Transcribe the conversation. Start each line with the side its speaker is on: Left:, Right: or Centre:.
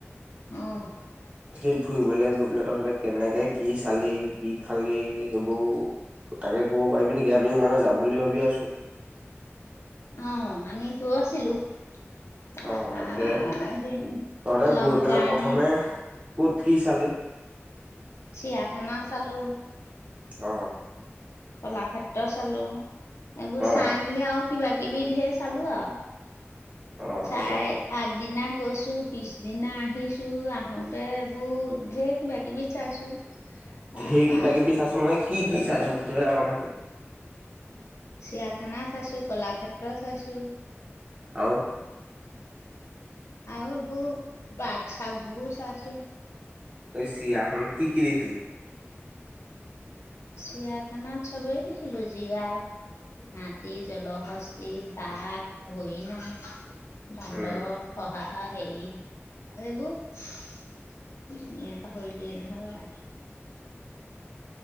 Left: আহ,
Right: সেই ফুৰিবলৈ গৈ পেলাই তহতে কেনেকে কি চালি কি খালি সেইবোৰ তাকে কব পাৰিবি নেকি? আমিও মানে যাম বুলি ভাবি আছো।
Left: অ' আমি গৈ আছিলো। তাৰপা
Right: অ' তাকে
Left: এদিন
Right: তহতে
Left: লং
Right: গৈ পেলাই
Left: জাৰ্ণি
Right: প্ৰথমে ক'ত কি চালি?
Left: চিৰিয়া খানা চালো।
Right: আহ,
Left: কলাক্ষেত্ৰ চালো, এইবোৰ
Right: অ
Left: চাই মেলি আৰু। কিবা কিবি ঢেৰ চালো আও
Right: অ
Left: চাই
Right: অ
Left: আগদিনা গৈছো টো পিছদিনা আহিছো আহোতে এইবোৰ ঢেৰ কিবা কিবি চাইছো তাৰপা
Right: ধেই কিবাকিবি
Left: আকৌ
Right: চাছো মানে কি কি কি চাই চুং টোৱেলা কথাটো
Left: চিয়াখানা চাইছো কলাক্ষেত্ৰ চাইছো
Right: আও
Left: আৰু এইবোৰ বাক চাগ বোৰ চাইচো
Right: এই চিয়াখানাত কি কি দেখিলি
Left: চিয়াখানাত চবেই দেখিলো জীৰাফ হাতী জলশস্তি বাঘ হৰিণা বান্দ
Right: উম,
Left: অহ আ আ‌ সেৰি এইবোৰ উ পাহৰিলোৱে নহয়